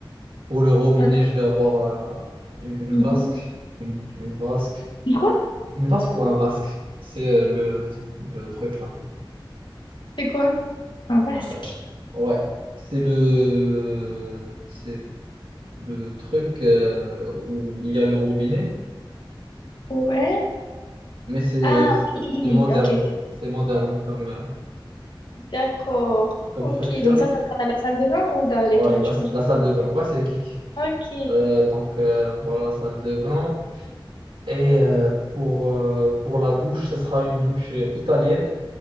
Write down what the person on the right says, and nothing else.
Pour le robinet,
je vais avoir euh, une
vasque. Une, une vasque.
Une vasque ou un vasque? C'est euh, le, le truc là.
Euh, ouais. C'est le, c'est le truc euh, où il y a le robinet,
mais c'est
c'est moderne.
C'est moderne comme, euh,
comme
structure.
Ouais,
la,
la salle de bain. Ouais, c'est kiff kiff.
Euh, donc euh, voilà la salle de bain. Et euh, pour, euh, pour la douche, ce sera une douche euh, italienne.